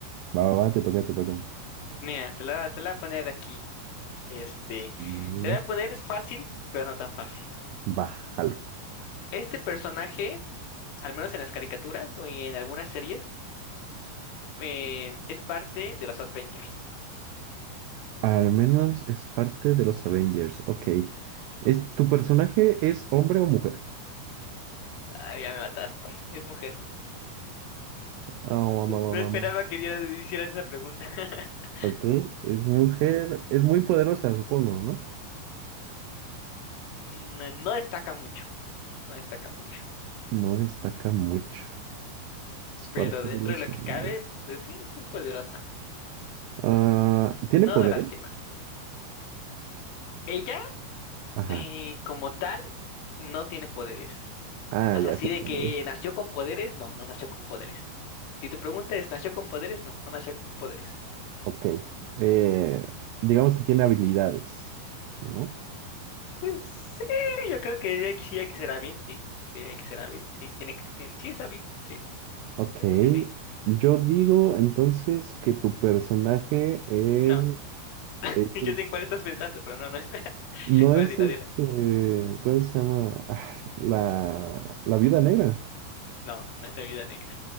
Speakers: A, on the right; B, on the left.
A: Va, va, va, te toca, te toca.
B: Mira, te la, te la voy a poner aquí. Este,
A: Mm,
B: le voy a poner fácil, pero no tan fácil.
A: Bájalo.
B: Este personaje, al menos en las caricaturas o en algunas series, eh, es parte de los Avengers.
A: Al menos es parte de los Avengers. Ok. ¿Es, tu personaje es hombre o mujer?
B: Ah, ya me mataste, es mujer. <laughs>
A: Ah, mam, mam,
B: No
A: mam.
B: esperaba que dieras- hicieras esa pregunta. <laughs>
A: Ok. Es mujer. Es muy poderosa, supongo, ¿no?
B: Mm, No destaca mucho, no destaca mucho.
A: No destaca mucho. Es parte
B: Pero dentro
A: de los
B: de lo que
A: Avengers.
B: cabe, pues sí, sí es poderosa.
A: Ah, ¿tiene poderes?
B: No da lástima. Ella,
A: Ajá.
B: eh, como tal, no tiene poderes.
A: Ah,
B: O
A: ya
B: sea, así
A: sé
B: de
A: quién
B: que
A: es.
B: nació con poderes, no, no nació con poderes. Si tu pregunta es, ¿nació con poderes? No, no nació con poderes.
A: Ok. Eh, digamos que tiene habilidades, ¿no?
B: Pues sí, yo creo que hay- sí hay que ser hábil, sí. Sí, hay que ser hábil, sí. Tiene que, tien- sí es hábil, sí.
A: Ok.
B: Yo creo que sí.
A: Yo digo entonces que tu personaje es
B: No, <laughs>
A: Eh,
B: yo sé en cuál estás pensando, pero no, no es. <laughs> A
A: No es
B: ver, dila,
A: este,
B: dila.
A: ¿cómo se llama? Ah, La, la viuda negra.
B: No, no es la vida negra.